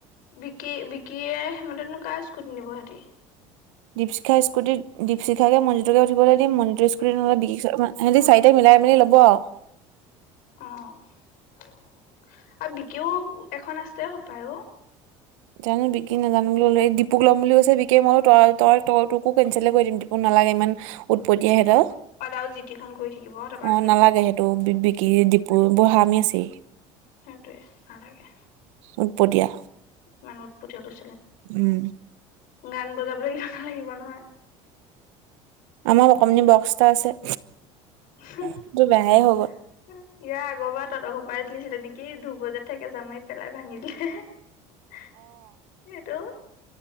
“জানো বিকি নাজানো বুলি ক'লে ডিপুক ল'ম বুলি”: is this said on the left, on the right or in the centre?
Right